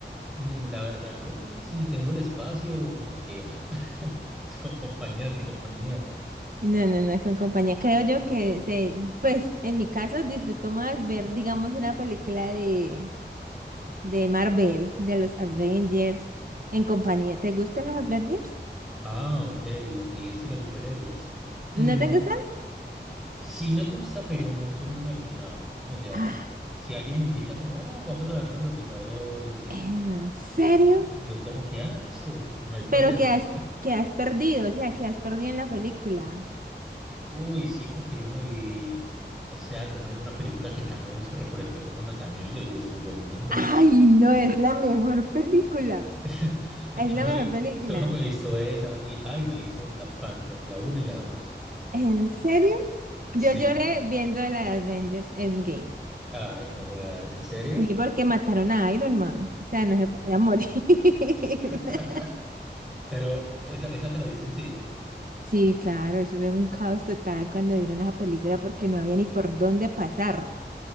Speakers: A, in the centre; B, on the right.
A: Mm, La verdad, yo sí tengo el espacio, o como sea, <laughs> Si con compañía, sin compañía.
B: No, no, no, con compañía. Creo yo que se, pues en mi caso disfruto más ver, digamos, una película de, de Marvel, de los Avengers, en compañía. ¿Te gustan los Avengers?
A: Ah, ok, así estilo superhéroes. Mm,
B: ¿No te gustan?
A: sí me gusta, pero no soy muy aficionado. O sea,
B: Ah,
A: s- si alguien me invita como, ah, vamos a vernos Los Vengadores y
B: ¿en serio?
A: yo como que, ah, listo, no hay problema.
B: Pero que has, que has perdido, o sea, que has perdido en la película.
A: Uy, sí, porque yo me vi, o sea, yo me vi una película que Thanos recolectó como unos anillos y destruyó el mundo.
B: Ay, no, es la mejor película.
A: <laughs>
B: Es
A: Yo
B: la
A: me-
B: mejor película.
A: solo me he visto esa y, ay, me he visto Black Panther, la 1 y la dos
B: ¿En serio?
A: Sí,
B: Yo lloré viendo la de Avengers Endgame.
A: Ay, no jodas, ¿en serio?
B: Sí, porque mataron a Iron Man. O sea, no se podía morir. <laughs>
A: <laughs> Pero esa, esa te la viste en cine.
B: Sí, claro, eso fue un caos total cuando dieron esa película porque no había ni por dónde pasar.